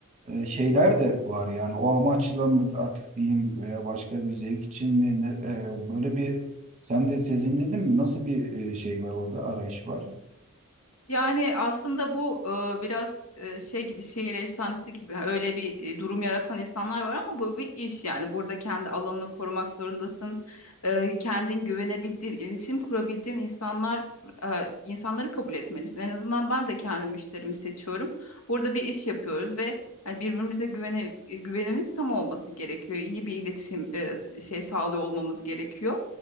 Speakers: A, on the right (about 30°); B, on the left (about 80°).
A: e, şeyler de var yani o amaçla mı artık diyeyim veya başka bir zevk için mi ne- e, böyle bir sen de sezinledin mi nasıl bir e, şey var orada arayış var?
B: Yani aslında bu e, biraz e, şey gibi şehir efsanesi gibi yani öyle bir e, durum yaratan insanlar var ama bu bir iş yani burada kendi alanını korumak zorundasın. E, kendin güvenebildiğin, iletişim kurabildiğin insanlar e, insanları kabul etmelisin. En azından ben de kendi müşterimi seçiyorum. Burada bir iş yapıyoruz ve hani birbirimize güvene, e, güvenimiz tam olması gerekiyor. İyi bir iletişim e, şey sağlıyor olmamız gerekiyor.